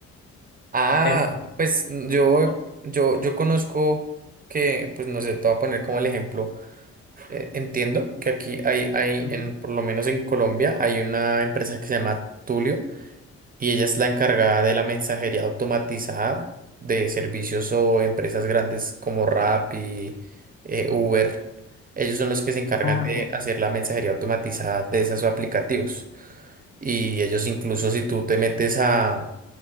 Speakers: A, on the right; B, on the left.
A: Ah,
B: Es.
A: pues mm, yo,
B: o-
A: yo, yo conozco que, pues no sé, te voy a poner como el ejemplo. Eh, entiendo que aquí hay, hay
B: Ujú.
A: en, por lo menos en Colombia, hay una empresa que se llama Tulio y ella es la encargada de la mensajería automatizada de servicios o empresas grandes como Rappi, eh, Uber. Ellos son los que se encargan
B: Ah,
A: de
B: ok.
A: hacer la mensajería automatizada de esos aplicativos. Y ellos incluso si tú te metes a